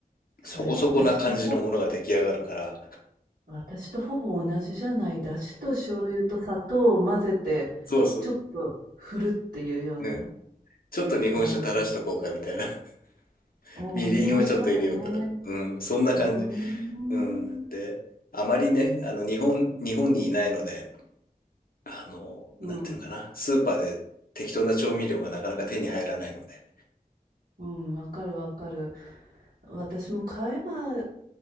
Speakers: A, on the right; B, on the left.
A: それ私とほ、
B: そこそこな感じのものが出来上がるから、
A: 私とほぼ同じじゃない。だしと醤油と砂糖を混ぜて、
B: そうそう。
A: ちょっと振るっていうような。
B: ね。ちょっと日本酒垂らしとこうかみたいな。
A: あ
B: <laughs>
A: あ、おお、
B: みりんをちょっと入れようかとか。
A: 日本酒までね。
B: うん、そんな感じ。
A: うーん。
B: うん。で、あまりね、あの、日本、日本にいないので、あの、なんていうのかな、
A: うん。
B: スーパーで適当な調味料がなかなか手に入らないので。
A: うん、わかるわかる。私も買えば、い